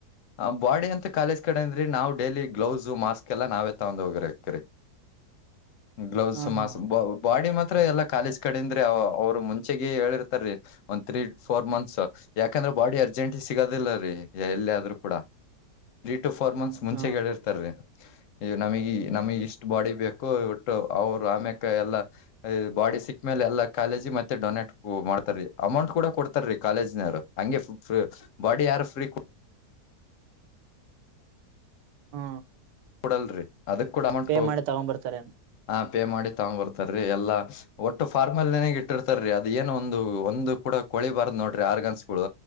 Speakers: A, on the left (about 65°); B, on the right (about 80°).
A: ಆ ಬಾಡಿ ಅಂತ ಕಾಲೇಜ್ ಕಡೆಂದ್ರಿ ನಾ ಡೈಲಿ ಗ್ಲೌಸು ಮಾಸ್ಕ್ ಎಲ್ಲ ನಾವೇ ತಗೊಂಡ ಹೋಗಿರತರಿ ಗ್ಲೌಸ್
B: ಹಾ
A: ಮಾಸ್
B: ಹಾ
A: ಬಡಿ ಮ ಎಲ್ಲಾ ಕಾಲೇಜ್ ಕಡೆದ್ರೆ ಅವರು ಮುಂಚೆಗ ಹೇಳಿರ್ತಾರೀ ಒಂದ್ ತ್ರೀ ಫೋರ್ ಮಂತ್ಸ್ ಯಾಕಂದ್ರೆ ಬಾಡಿ ಅರ್ಜೆಂಟ್ ಸಿಗೋದಿಲ್ಲ ರೀ ಎಲ್ಲಿ ಆದ್ ಕೂಡ ಟು ಫೋರ್ ಮಂತ್ಸ್ ಮುಂಚೆ
B: ಹಾ
A: ಹೇಳಿರ್ತಾರೀ ನಮಗೆ ನಮಗ್ ಇಷ್ಟ್ ಬಾಡಿ ಬೇಕು ಒಟ್ಟು ಅವರು ಆಮ್ಯಕ ಎಲ್ಲಾ ಬಾಡಿ ಸಿಕ್ಕ ಮೇಲೆ ಎಲ್ಲಾ ಕಾಲೇಜಿ ಮತ್ತೆ ಡೊನೇಟ್ ಮಾಡ್ತಾರೀ ಅಮೌಂಟ್ ಕೂಡ ಕೊಡ್ತಾರ ರೀ ಕಾಲೇಜಿನರು ಹಂಗೆ ಬಾಡಿ ಯಾರು ಫ್ರೀ
B: ಹಾ
A: ಕೊಡಲ್ರಿ ಅದಕ್ ಕೂಡ ಅಮೌಂಟ್
B: ಪೇ
A: ಹೋಗ
B: ಮಾಡಿ ತಗೊಂಡ್ ಬರ್ತಾರೆ
A: ಆ ಪೇ ಮಾಡಿ ತಗೊಂಡ್ ಬರ್ತಾರೀ ಎಲ್ಲಾ ಒಟ್ಟು ಫಾರ್ಮಲ್ನೆ ಇಟ್ಟಿರ್ತಾರೀ ಅದು ಏನು ಒಂದು ಒಂದು ಕೂಡ ಕೊಳಿಬಾರ್ದ ನೋರಿ ಆರ್ಗನ್ಸ್ ಗಳು